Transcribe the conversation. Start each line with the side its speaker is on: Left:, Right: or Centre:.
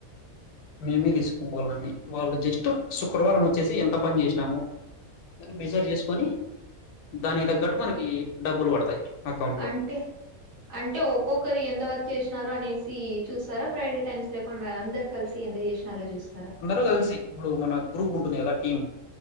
Left: మేమే తీసుకు వాళ్ళన్నీ వాళ్ళు జస్ట్ శుక్రవారం వచ్చేసి ఎంత పని చేసినాము అని మెజర్ చేసుకొని దానికి తగ్గట్టు మనకి డబ్బులు పడతాయి అకౌంట్
Right: అంటే
Left: లో
Right: అంటే ఒక్కొక్కరి ఎంత వరకు చేస అనేసి చూస్తారా ఫ్రైడే టైమ్స్ లేకుండా అందరు కలిసి ఎందుకు చేసినారో చూస్త
Left: అందరు కలిసి ఇప్పుడు మన గ్రూప్ ఉంటుంది కదా టీం